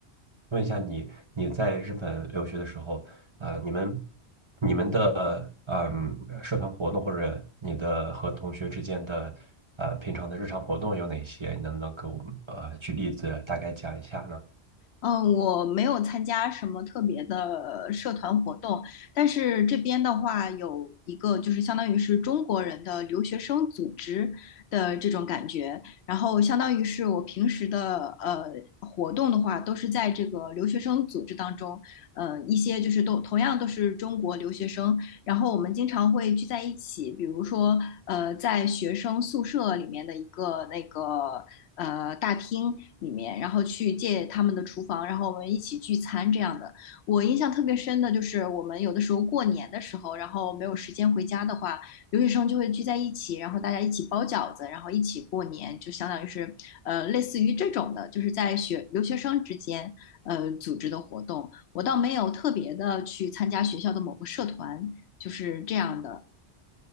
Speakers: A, on the right; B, on the left.
A: 问一下你，你在日本留学的时候，啊、你们你们的嗯社团活动或者你的和同学之间的呃平常的日常活动有哪些？你能不能给我们呃举例子，大概讲一下呢？
B: 嗯，我没有参加什么特别的社团活动，但是这边的话有一个就是相当于是中国人的留学生组织的这种感觉，然后相当于是我平时的呃活动的话，都是在这个留学生组织当中，呃一些就是都同样都是中国留学生，然后我们经常会聚在一起，比如说呃在学生宿舍里面的一个那个。呃大厅里面，然后去借他们的厨房，然后我们一起聚餐这样的。我印象特别深的就是我们有的时候过年的时候，然后没有时间回家的话，留学生就会聚在一起，然后大家一起包饺子，然后一起过年，就相当于是呃类似于这种的，就是在学留学生之间呃组织的活动。我倒没有特别的去参加学校的某个社团，就是这样的。